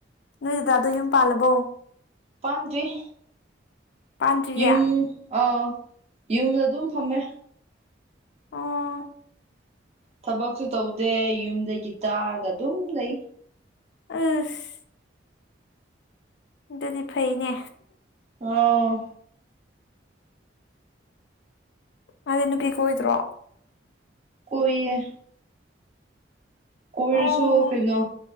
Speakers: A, on the left (about 65°); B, on the right (about 35°).
A: ꯅꯣꯏ ꯗꯥꯗꯣ ꯌꯨꯝ ꯄꯥꯜꯂꯕꯣ꯫
B: ꯄꯥꯟꯗꯔꯤ꯫
A: ꯄꯥꯟꯗ꯭ꯔꯤꯌꯦ
B: ꯌꯨꯝ ꯑꯥꯎ ꯌꯨꯝꯗ ꯑꯗꯨꯝ ꯐꯝꯃꯦ꯫
A: ꯑꯥ꯫
B: ꯊꯕꯛꯁꯨ ꯇꯧꯗꯦ ꯌꯨꯝꯗꯒꯤ ꯇꯥꯔꯒ ꯑꯗꯨꯝ ꯂꯩ꯫
A: ꯑꯥꯁ ꯑꯗꯨꯗꯤ ꯐꯩꯅꯦ꯫
B: ꯑꯣꯥꯎ
A: ꯃꯥꯗꯤ ꯅꯨꯄꯤ ꯀꯣꯏꯗ꯭ꯔꯣ꯫
B: ꯀꯣꯏꯌꯦ꯫ ꯀꯣꯏꯔꯁꯨ
A: ꯑꯣ
B: ꯀꯩꯅꯣ